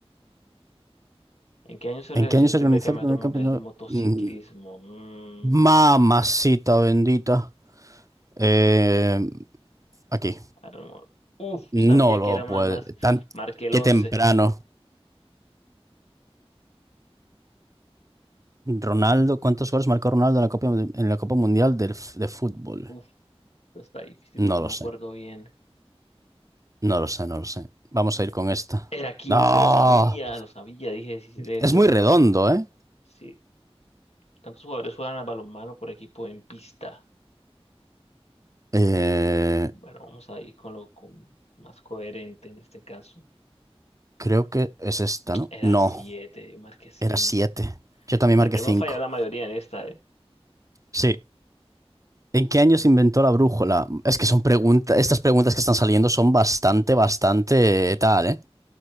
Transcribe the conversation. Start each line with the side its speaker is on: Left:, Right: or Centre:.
Left: ¿En qué año se organizó
Right: ¿En qué año
Left: el
Right: se
Left: primer
Right: organizó
Left: campeonato
Right: el primer
Left: mundial
Right: campeonato?
Left: de motociclismo?
Right: Mm,
Left: Mm,
Right: Mamacita bendita. Eh, Aquí.
Left: I don't know. Uf,
Right: No
Left: sabía
Right: lo
Left: que era una
Right: puede.
Left: más.
Right: Tan,
Left: Marqué el
Right: qué
Left: once
Right: temprano. Ronaldo, ¿cuántos goles marcó Ronaldo en la Copa, en la Copa Mundial del f- de Fútbol?
Left: Uf, está difícil porque
Right: No
Left: no
Right: lo
Left: me
Right: sé.
Left: acuerdo bien.
Right: No lo sé, no lo sé. Vamos a ir con esta.
Left: Era quince
Right: ¡No!
Left: lo sabía, lo sabía, dije, sí, sí, debe
Right: Es
Left: ser
Right: muy
Left: mucho.
Right: redondo, ¿eh?
Left: Sí, tantos jugadores juegan al balonmano por equipo en pista.
Right: Eh,
Left: Bueno, vamos a ir con lo con más coherente en este caso.
Right: creo que es esta, ¿no?
Left: Era
Right: No,
Left: siete yo marqué 5.
Right: era siete. Yo también
Left: Hemos
Right: marqué cinco.
Left: fallado la mayoría en esta, ¿eh?
Right: Sí. ¿En qué año se inventó la brújula? Es que son preguntas, estas preguntas que están saliendo son bastante, bastante tal, ¿eh?